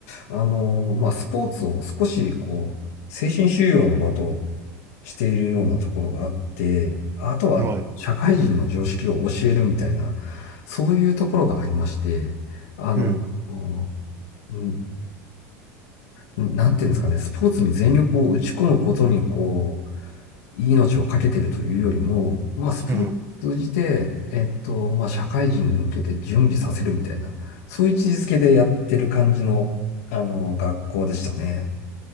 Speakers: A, on the left (about 75°); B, on the right (about 30°).
A: あのーまあ、スポーツを少しこう、精神修養の場としているようなところがあって、あとは社会人の常識を教えるみたいな、
B: はい。
A: そういうところがありまして、あの、
B: うん。
A: こううんなんていうんですかね、スポーツに全力を打ち込むことに、こう、命を懸けてるというよりも、まあ、スポーツを通じて、
B: うん。
A: えっと、まあ、社会人に向けて準備させるみたいな、そういう位置づけでやってる感じの、あの、学校でしたね。